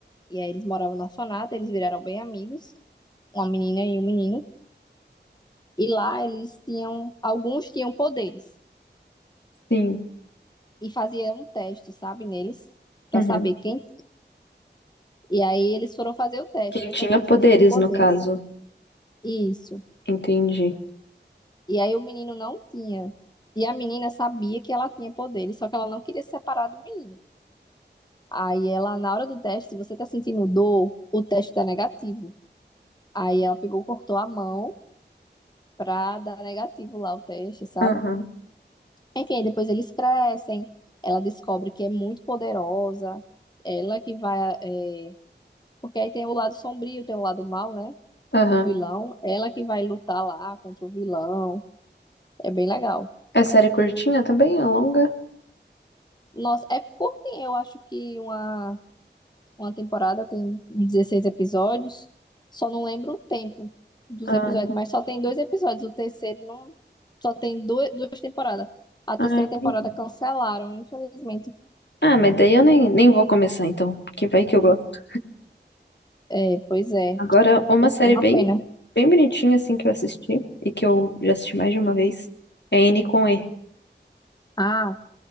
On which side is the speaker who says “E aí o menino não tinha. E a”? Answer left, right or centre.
Left